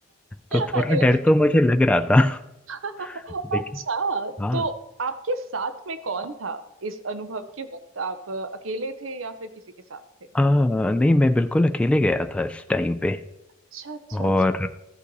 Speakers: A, in the centre; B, on the right.
A: तो
B: अरे
A: थोड़ा डर तो मुझे लग रहा था
B: अच्छा
A: <laughs> लेकिन हाँ
B: तो आपके साथ में कौन था इस अनुभव के वक्त आप अ, अकेले थे या फिर किसी के साथ थे
A: हाँ नहीं मैं बिल्कुल अकेले गया था इस टाइम पे
B: अच्छा अच्छा
A: और
B: अच्छा